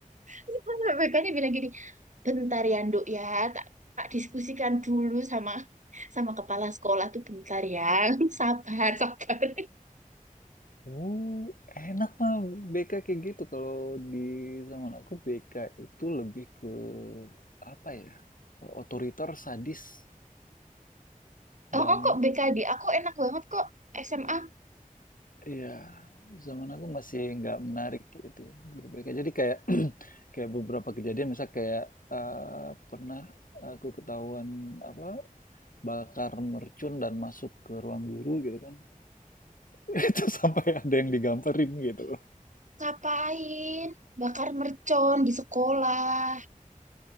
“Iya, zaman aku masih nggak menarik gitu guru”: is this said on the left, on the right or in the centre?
Left